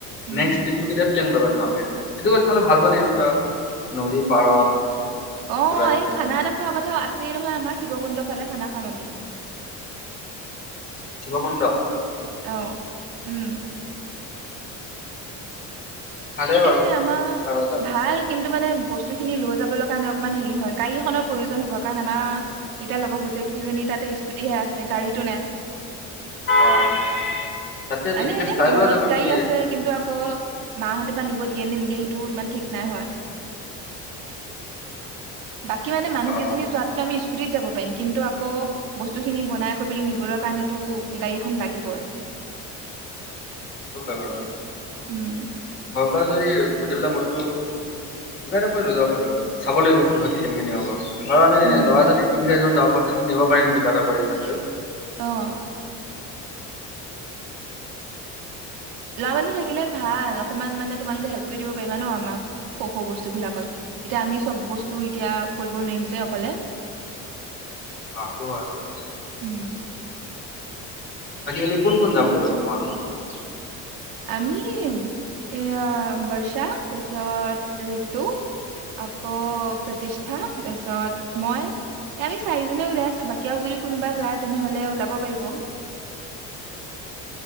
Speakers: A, on the right; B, on the left.
A: উম
B: নেক্স টিপ টো কেতিয়া প্লেন কৰিবা তোমালোকে এইটো তোমালে ভাল পোৱা নে? কিবা নদী পাৰত।
A: অ'
B: কিবা কিবি
A: এই
B: এনেকুৱা?
A: খানা এটা খোৱাৰ কথাও আছেই নহয়জ আমাৰ শিৱকুণ্ডৰ ফালে খানা খাম আমি।
B: শিৱ কুণ্ড
A: আহ, উম।
B: ভালেই বাৰু।
A: এ আমাৰ
B: পাহাৰৰ জেগা
A: ভাল কিন্তু মানে বস্তু খিনি লৈ যাবলৈ কাৰণে অকণমান হেৰি হয় গাড়ীখনৰ প্ৰয়োজন হ'ব, কাৰণ আমাৰ এতিয়া লগৰ গোজেইকেইজনী তাতে স্কুটিহে আছে গাড়ীতটো নাই।
B: অ', তাতকে বিশেষকে
A: এনে-এনেই
B: চাই
A: ঘৰত
B: লোৱা যাক আমি
A: গাই আছে কিন্তু আকৌ মাহতে নিব দিয়ে নে নিদিয়ে সেইটো ইমান ঠিক নাই হয়। বাকী মানে, মানুহেইজন
B: অ',
A: যাতটো আমি স্কুতিত যাব পাৰিম কিন্তু আকৌ বস্তু খিনি বনাই কৰি পেলাই নিবলৈ কাৰণেতো গাড়ীখন লাগিবই।
B: সেটো হয় বাৰু।
A: উম,
B: ঘৰ পৰা যদি গোটেইবিলাক বস্তু কিবা এটা কৰি লৈ যাব পাৰি, চাব লাগিব কিহত কেনেকে নিব পাৰো। বাৰু আমি
A: উম
B: ল'ৰা যদি তিনি চাৰিজন যাওঁ নিব পাৰিম কিবা এটা কৰি কিনে হলেও।
A: আহ, লৰা মানুহ থাকিলে ভাল অকনমান মানে তোমালোকে হেল্প কৰি দিব পাৰিবা ন, আমাক সৰু-সৰু বস্তু বিলাকত এতিয়া আমি চব বস্তু এতিয়া কৰিব নোৱাৰিম যে অকলে।
B: অ' সেইটো হয় বাৰু।
A: উম
B: বাকি ইনে কোন কোন জাম বুলি কৈছে তোমাৰ লগত।
A: আমি এয়া বৰ্ষা তাৰপিছত ঋতু আকৌ প্ৰতিষ্ঠা তাৰপিছত মই আমি চাৰিজনে উওলাই আছো বাকীও যদি কোনোবা যায়, তেনেহলে ওলাব পাৰিব।